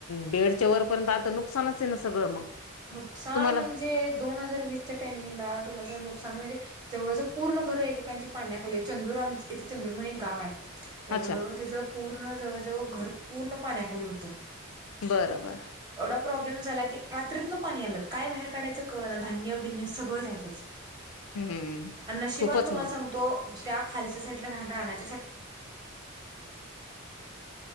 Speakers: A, on the left; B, on the right.
A: बेडच्या वरपर्यंत आलं तर नुकसानच आहे ना सगळं मग
B: नुकसान
A: तुम्हाला
B: म्हणजे दोन हजार वीसच्या टामीला तुमं नुकसान म्हणजे जवळजवळ पूर्ण घर एकेकांची पाण्याखाली चंदूर आम इथे चंदूर म्हणून एक गाव आहे तर
A: अच्छा
B: तचं पूर्ण जवळजवळ घर पूर्ण पाण्याखाली होतं
A: बरं बरं.
B: एवढा प्रॉब्लेम झाला की रात्रीत न पाणी आलं काय बाहेर काढायचं कळ ना धान्य बिन्य सगळं द्यायचं
A: हम्म
B: आणि नशिबानं
A: खूपच
B: तुम्हाला
A: मग
B: सांगतो त्या खालच्या साईड ला राहण राहण्या